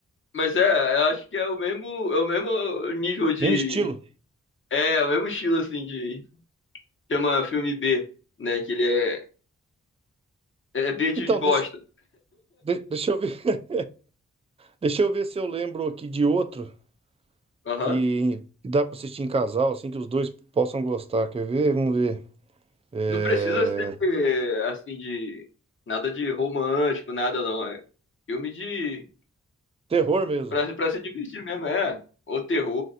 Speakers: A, on the left; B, on the right.
A: Mas é, eu acho que é o mesmo, é o mesmo nível de.
B: Mesmo estilo.
A: É, é o mesmo estilo, assim, de. Chama filme B, né? Que ele é. É é B de
B: Então,
A: de bosta.
B: deixa, de- deixa eu ver, <laughs> deixa eu ver se eu lembro aqui de outro
A: Aham.
B: que, dá pra assistir em casal, assim que os dois possam gostar. Quer ver? Vamos ver. É,
A: Não precisa ser, assim, de. Nada de romântico, nada não. É filme de.
B: terror mesmo.
A: Pra, pra se divertir mesmo, é. Ou terror,